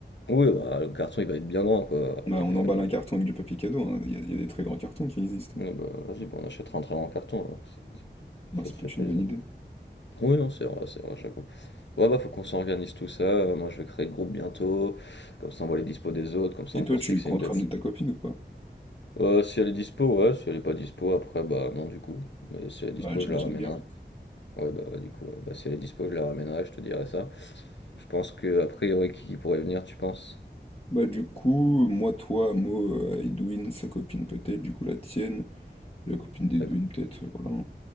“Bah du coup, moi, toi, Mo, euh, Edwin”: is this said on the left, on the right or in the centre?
Left